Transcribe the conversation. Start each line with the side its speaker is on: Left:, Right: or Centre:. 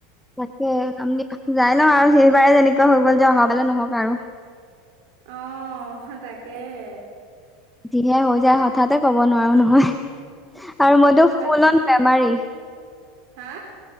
Centre: তাকে আমদি যাই ন আৰু সেইবাৰেই তেনেকুৱা হৈ গ'ল যে অহা বাৰলে নহওক আৰু
Right: অঁ তাকেহে
Centre: যিহে হৈ যায় হঠাতে ক'ব নোৱাৰো নহয় আৰু মইতো
Right: বাকী
Centre: ফুল অন বেমাৰী
Right: হা